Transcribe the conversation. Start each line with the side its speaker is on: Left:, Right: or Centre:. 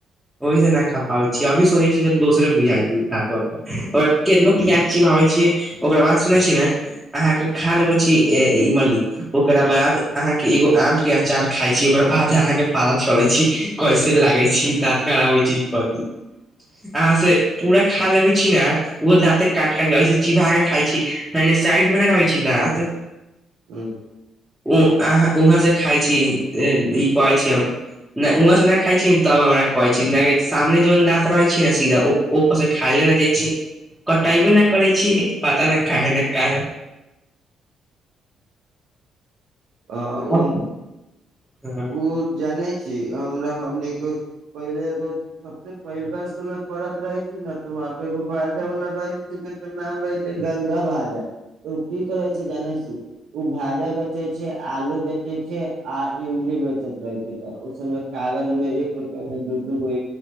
Centre: ओहि से नहि खा पाबै छी अभी सोचै छी दोसरे बुझाइ छी दातो ओक केतनो प्याज चिबावै छीयै ओकरा बाद सुनै छी ने अहाँ के खा लेबे छी इ मान लि ओकरा बाद अहाँ के एगो आम के अचार खाय छी ओकरा बाद अहाँ के पता चले छी कइसे लागै छी दाँत खड़बै छै कथी अहाँ से पूरा खा लेबे छी ने ओहो दाते काट काटिक ऐसे चिवा क खाइ छी साइड मे ना रहइ छी दात
Right: हँ
Centre: उ अ वहाँ से खाइ छी ई कहै छी हम नहि उहाँ से नहि खाइ छी तब हमरा कहै छी सामने जन दाँत रहै छी ने सीधापर से खाइ छी कटाइ भी नहि करै छी पता नहि काहे ना काहे
Right: <unintelligible> ह
Centre: हँ
Right: ओ
Centre: हँ
Right: ओ जान हमरा हमो पहिले एगो सबस पहिलुका स्कुल मे पढ़त रहै छी ने त ब एगो भाजा वाला रहै छै तकर नाम रहै छै गंगा भाजा ओ की करै छै जानै छी ओ भाजा बेचै छै आलू बेचै छै आ इमली बेचैत रहै छै तऽ ओ सबमे कागज में एक रूपआ में दू को